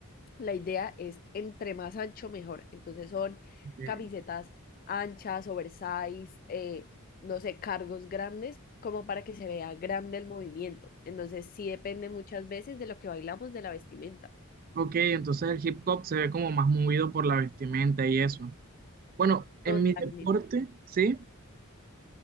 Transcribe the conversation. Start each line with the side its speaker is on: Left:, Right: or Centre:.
Left: la idea es entre más ancho, mejor. Entonces son
Right: Eh,
Left: camisetas anchas, oversize, eh, no sé, cargos grandes, como para que se vea grande el movimiento. Entonces sí depende muchas veces de lo que bailamos, de la vestimenta.
Right: Ok, entonces el hip hop se ve como más movido por la vestimenta y eso. Bueno,
Left: Totalmente.
Right: en mi deporte, sí.